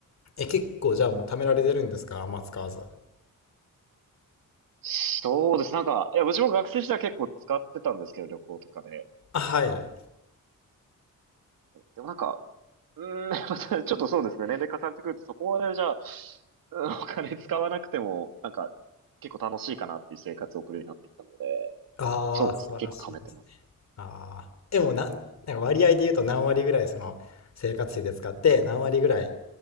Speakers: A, on the left; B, on the right.
A: え、結構じゃあもう貯められてるんですかあんま使わず。
B: そうです。なんか、いや、私も学生時代結構使ってたんですけど、旅行とかで。
A: あ、はい。
B: でもなんか、うーん、<laughs> またちょっとそうですね。年齢重ねてくると、そこまでじゃあ、うんお金使わなくても、なんか、結構楽しいかなっていう生活を送るようになってきたので、
A: ああ、
B: そうですね。
A: 素晴らしいですね。
B: 結構貯めてますね。
A: ああ。でもな、なんか割合で言うと何割ぐらいその生活費で使って、何割ぐらい、